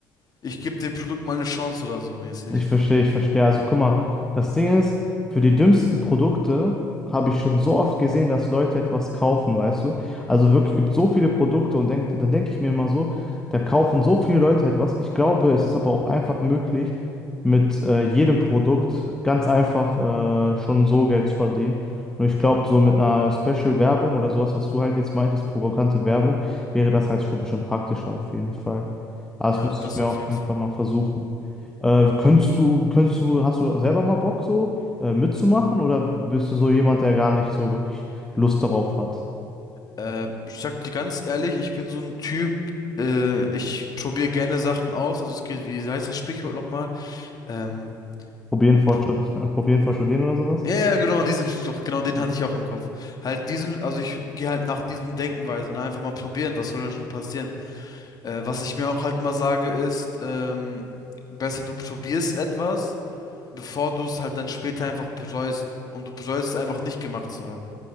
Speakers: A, on the left (about 40°); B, in the centre.
A: Ich gebe dem Produkt mal eine Chance oder so mäßig.
B: Ich verstehe, ich verstehe. Also guck mal, das Ding ist, für die dümmsten Produkte habe ich schon so oft gesehen, dass Leute etwas kaufen, weißt du? Also wirklich gibt so viele Produkte und denk, dann denke ich mir immer so, da kaufen so viele Leute etwas. Ich glaube, es ist aber auch einfach möglich, mit äh, jedem Produkt ganz einfach äh, schon so Geld zu verdienen. Nur ich glaube, so mit einer Special-Werbung oder sowas, was du halt jetzt meintest, provokante Werbung, wäre das halt schon ein bisschen praktischer auf jeden Fall. Aber
A: Ja,
B: das muss
A: das
B: ich mir
A: auf
B: auf
A: jeden
B: jeden
A: Fall.
B: Fall mal versuchen. Äh, könntest du, könntest du, hast du selber mal Bock so äh, mitzumachen oder bist du so jemand, der gar nicht so wirklich Lust darauf hat?
A: Ähm, ich sag dir ganz ehrlich, ich bin so ein Typ, äh, ich probiere gerne Sachen aus. Also es geht, wie heißt das Sprichwort nochmal? Ähm,
B: Probieren vor
A: prob-
B: Stud <laughs> Probieren vor Studieren oder sowas?
A: ja, ja, genau, diesen Spruch, genau den
B: Mhm.
A: hatte ich auch im Kopf. Halt diesen, also ich gehe halt nach diesem Denkenweise, ne? Einfach mal probieren, was soll denn schon passieren? Äh, was ich mir auch halt immer sage ist, ähm, besser du probierst etwas, bevor du es halt dann später einfach bereust. Und du bereust es einfach nicht gemacht zu haben.